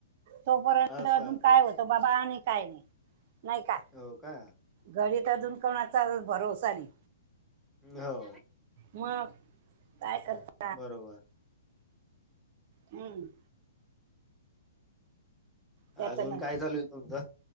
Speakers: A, on the right; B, in the centre.
A: तोपर्यंत
B: असं
A: अजून काय होत बाबा आणि काय नाही, नाही का
B: हो का?
A: घरी तर अजून कोणाचाल भरोवसा नई.
B: हो.
A: मग काय करता?
B: बरोबर.
A: हम्म. त्याचं
B: अजून
A: ना
B: काय चालू आहे तुमचं?